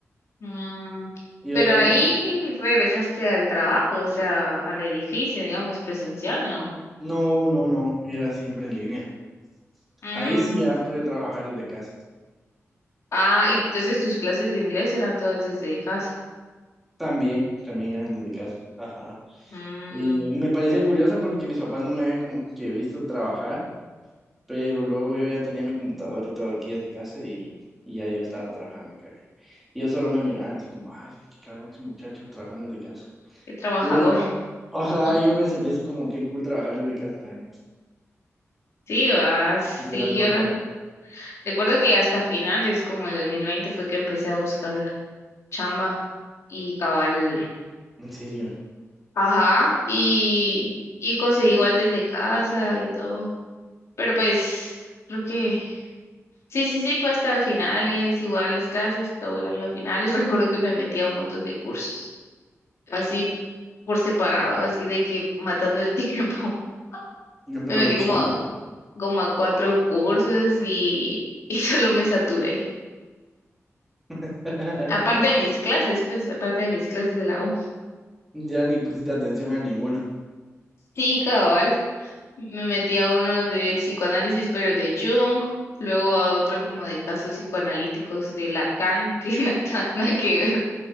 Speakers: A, on the left; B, in the centre.
A: Mm,
B: Y yo
A: pero
B: de,
A: ahí
B: no,
A: regresaste al trabajo, o sea, al edificio, digamos, presencial, ¿no?
B: no, no, no, era siempre en línea.
A: Mm,
B: Ahí sí ya pude trabajar desde casa.
A: ah, y entonces tus clases de inglés eran todas desde casa.
B: También, también eran desde casa. Ajá.
A: Mm,
B: Y me parecía curioso porque mis papás no me habían como que visto trabajar Pero luego yo ya tenía mi computador y todo aquí desde casa y, y ya yo estaba trabajando acá. Y ellos solo me miraban así como, ay, qué cabrón ese muchacho trabajando desde casa.
A: qué trabajador.
B: Igual, o sea,
A: <laughs>
B: yo me sentía así como, qué cool trabajar desde casa también.
A: Sí, va, sí,
B: Y que era algo
A: yo
B: nuevo,
A: re- recuerdo que hasta finales, como el 2020 fue que empecé a buscar chamba y cabal.
B: en serio,
A: Ajá, y, y conseguí igual desde casa y todo. Pero pues creo que Sí, sí, sí, fue hasta el finales, igual las clases, todo el año a finales. <laughs> Recuerdo que me metía a un montón de cursos, así por separado, así de que matando el tiempo. <laughs>
B: aprovechando.
A: Me metí como, a- como a cuatro cursos y, <laughs> y solo me saturé.
B: <laughs>
A: Aparte de mis clases, pues aparte de mis clases de la U. <laughs>
B: Ya ni pusiste atención a ninguno.
A: Sí, cabal. Me metí a uno de psicoanálisis, pero de Jung, luego a otro como de casos psicoanalíticos de Lacan, <laughs> que na- na- nada que ver.